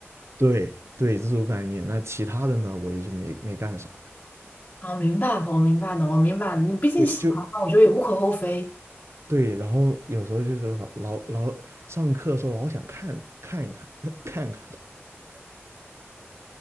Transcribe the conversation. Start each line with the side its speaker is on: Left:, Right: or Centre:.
Right: 对对，这种概念。那其他的呢，我也就没没干啥了。
Left: 啊，明白的，我明白的，我明白的，你毕竟喜欢嘛，
Right: 对，就
Left: 我觉得也无可厚非。
Right: 对。然后有时候就是老老老上课的时候老想看看一看 <laughs> 看看的，